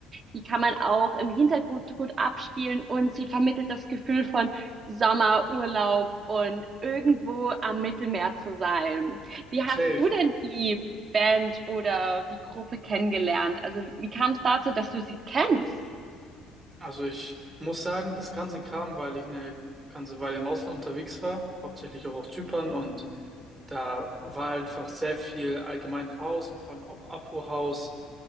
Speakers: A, on the right; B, on the right.
A: Die kann man auch im Hintergrund gut abspielen und sie vermittelt das Gefühl von Sommer, Urlaub und irgendwo am Mittelmeer zu sein. Wie hast
B: Safe.
A: du denn die Band oder die Gruppe kennengelernt? Also wie kam es dazu, dass du sie kennst?
B: Also ich muss sagen, das Ganze kam, weil ich eine ganze Weile im Ausland unterwegs war, hauptsächlich auch auf Zypern und da war einfach sehr viel allgemein House und vor allem auch Afro House